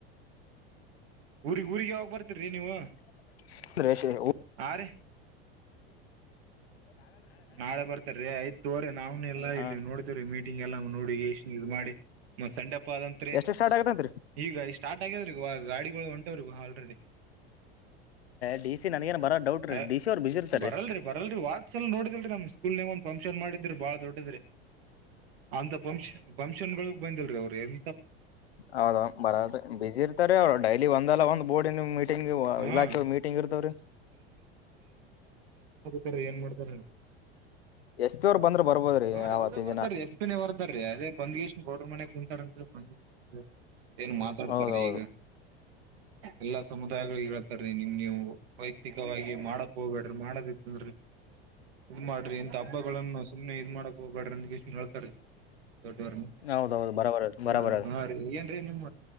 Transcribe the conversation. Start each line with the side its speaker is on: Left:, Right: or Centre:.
Right: ಊರಿಗೆ, ಊರಿಗೆ ಯಾವಾಗ ಬರ್ತೀರಿ ನೀವು.
Left: <unintelligible>
Right: ಹಾರಿ ನಾಳೆ ಬರ್ತೀರಿ ಆಯ್ತ್ ನಾವ್ ಎಲ್ಲ
Left: ಹಾ
Right: ಇಲ್ಲಿ ನೋಡ್ತೆವ್ರೀ ಮೀಟಿಂಗ್ ಎಲ್ಲಾ ನೋಡಿಗೇಸಿ ಇದ್ ಮಾಡಿ ಮತ್ ಸಂಡೆ ಅಪ್ ಆದ್ ಅಂತ ರಿ
Left: ಎಷ್ಟು ಸ್ಟಾರ್ಟ್ ಆಗತ್ತಂತ್ರಿ
Right: ಈಗ ಇಷ್ಟು ಸ್ಟಾರ್ಟ ಆಗ್ಯದ ರಿ ಇವಾಗ ಗಾಡಿ ಹ್ಮ್ ಹೊಂಟೆವ್ರಿ ಆಲ್ರೆಡಿ
Left: ಡಿ ಸಿ ನನಗೇನ್ ಬರೋ ಡೌಟ್ ರೀ
Right: ಅ
Left: ಡಿ ಸಿ ಅವ್ರು ಬಿಸಿ ಇರ್ತಾರೀ
Right: ಬರಲ್ರಿ ಬರಲ್ರಿ ವಾತ್ಸ್ಲ್ ನೋಡಿ ಸ್ಕೂಲ್ ನ ಒಂದ್ ಫಂಕ್ಷನ್ ಮಾಡಿದ್ರಿ ಬಾಳ ದೊಡ್ಡದ್ರಿ ಅಂತ ಫಂಕ್ಷನ್ ಫಂಕ್ಷನ್ ಗಳಕ್ ಬಂದಿಲ್ರರಿ ಅವ್ರು ಏನ್
Left: ಹೌದೌದ್ ಬರಲ್ರಿ ಬಿಜಿ ಇರ್ತಾರಿ ಅವರ್ ಡೈಲಿ ಒಂದಲ್ಲ ಒಂದ್ ಬೋರ್ಡಿನು ಮೀಟಿಂಗ್ ವು
Right: ಹಾ
Left: ಇಲಾಖೆವು ಮೀಟಿಂಗ್ ಇರ್ತವ್ರಿ
Right: ತ್ರಿ ಏನ್ ಮಾಡ್ತಾರೆನ್
Left: ಎಸ್ ಪಿ ಅವ್ರು ಬಂದ್ರ ಬರ್ಬೋದ್ರಿ
Right: ಹ ರೀ
Left: ಅವತ್ತಿನ
Right: ಅವರೇ ಬರ್ತಾರೀ
Left: ದಿನ
Right: ಎಸ್ ಪಿ ಬರ್ತಾರೀ ಅದೇ ಬಂದ್ಗೆಷ್ ಬಡ್ರು ಮನೆಗ್ ಕುಂತಾರಂತ ಹೇಳಿ ಬಂದಿಲ್ಲ ಏನ್ ಮಾತಾಡ್ತಾರಿ
Left: ಹೌದೌದು
Right: ಈಗ ಎಲ್ಲಾ ಸಮುದಾಯಗಳಿಗೆ ಹೇಳ್ತಾರಿ ನಿಮ್ ನೀವು ವೈಯಕ್ತಿಕವಾಗಿ ಮಾಡಕ್ ಹೋಗ್ಬೇಡ್ರಿ ಮಾಡದಿತ್ತಂದ್ರಿ ಇದ್ ಮಾಡ್ರಿ ಇಂತ ಹಬ್ಬಗಳನ್ನು ಸುಮ್ನೆ ಇದ್ ಮಾಡಕ್ ಹೋಗಬಡ್ರಿ ಅಂದ ಕೇಸಿಂದ ಹೇಳ್ತಾರಿ ದೊಡ್ಡವ್ರುನು
Left: ಹೌದೌದು ಬರಬರ ಬರಬರ
Right: ಹ
Left: ಅದು
Right: ಹಾ ರೀ ಏನ್ ಅ ನಿಮ್